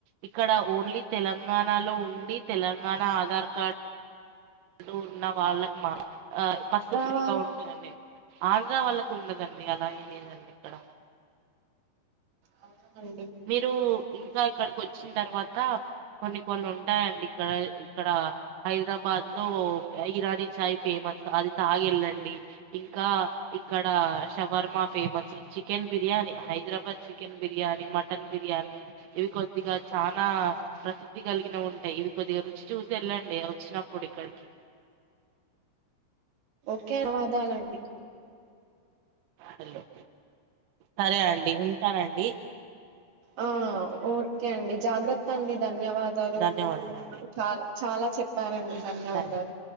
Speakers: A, on the right; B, on the right.
A: ఇక్కడ ఓన్లీ తెలంగాణలో ఉండి తెలంగాణ ఆధార్ కార్డ్ ఉన్న వాళ్ళకి మా ఆ బస్సు
B: రావాలి
A: ఫ్రీగా ఉన్ ఉంటదండి ఆంధ్రా వాళ్ళకు ఉండదండి అలా ఏం లేదండి ఇక్కడ
B: అవునా అండి
A: మీరు ఇంకా ఇక్కడికి వచ్చిన తర్వాత కొన్ని కొన్ని ఉంటాయండి ఇక్కడ ఇక్కడ హైదరాబాద్ లో ఇరానీ చాయ్ ఫేమస్ అది తాగెళ్ళండి ఇంకా ఇక్కడ షవర్మ ఫేమస్ చి chicken biryani Hyderabad chicken biryani mutton biryani ఇవి కొద్దిగా చానా ప్రసిద్ధి కలిగినవి ఉంటాయి ఇవి కొద్దిగా రుచి చూసి వెళ్ళండి వచ్చినప్పుడు ప్పుడు ఇక్కడికి
B: ఓకే అ వాదాలండి
A: హలో సరే అండి ఉంటానండి
B: ఆ ఓకే అండి జాగ్రత్త అండి ధన్యవాదాలు
A: ధన్యవాదాలండి
B: మీరు చాలా చాలా చెప్పారండి ధన్యవాదాలు
A: థ్యాంక్